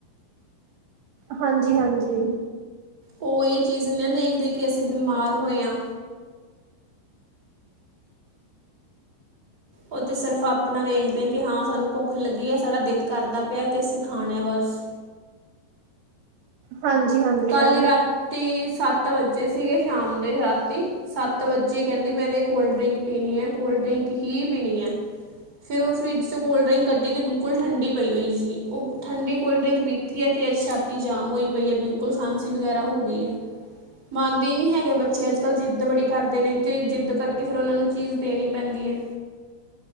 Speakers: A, on the right (about 75°); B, on the right (about 20°).
A: ਹਾਂਜੀ-ਹਾਂਜੀ
B: ਉਹ ਇ ਚੀਜ਼ ਨਾ ਦੇਖਦੇ ਕਿ ਅਸੀਂ ਬਿਮਾਰ ਹੋਏ ਹਾਂ ਉਹ ਤੇ ਸਿਰਫ ਆਪਣਾ ਵੇਖਦੇ ਏ, ਕਿ ਹਾਂ ਸਾਨੂੰ ਭੁੱਖ ਲੱਗੀ ਹੈ ਸਾਡਾ ਦਿਲ ਕਰਦਾ ਪਿਆ ਤੇ ਅਸੀਂ ਖਾਣਾ ਆ ਬਸ।
A: ਹਾਂਜੀ ਹਾਂਜੀ
B: ਕੱਲ੍ਹ
A: ਮੈਮ
B: ਹੀ ਰਾਤੀ ਸੱਤ ਵਜ ਜੇ ਸੀਗੇ ਸ਼ਾਮ ਦੇ ਰਾਤੀ ਸੱਤ ਵੱਚੀ ਕਹਿੰਦੀ ਮੈਂ ਤੇ ਕੋਲਡ ਡਰਿੰਕ ਪੀਣੀ ਹੈ ਕੋਲਡ ਡਰਿੰਕ ਹੀ ਪੀਣੀ ਹੈ, ਫਿਰ ਉਹ ਫਰਿੱਜ ਚ ਕੋਲਡ ਡਰਿੰਕ ਕੱਢੀ ਤੇ ਬਿਲਕੁਲ ਠੰਡੀ ਪਈ ਹੋਈ ਸੀ, ਉਹ ਠੰਡੀ ਕੋਲਡ ਡਰਿੰਕ ਪੀਤੀ ਹੈ ਤੇ ਅੱਜ ਛਾਤੀ ਜਾਮ ਹੋਈ ਪਈ ਹੈ ਬਿਲਕੁ ਕੋਲਡ ਖਾਂਸੀ ਵਗੈਰਾ ਹੋ ਗਈ ਏ। ਮੰਨਦੇ ਨੀ ਹੈਗੇ ਬੱਚੇ ਅੱਜ ਕੱਲ੍ਹ ਜਿੱਦ ਬੜੀ ਕਰਦੇ ਨੇ ਤੇ ਜਿੱਦ ਕਰਕੇ ਫਿਰ ਉਹਨਾਂ ਨੂੰ ਚੀਜ਼ ਦੇਣੀ ਪੈਂਦੀ ਏ।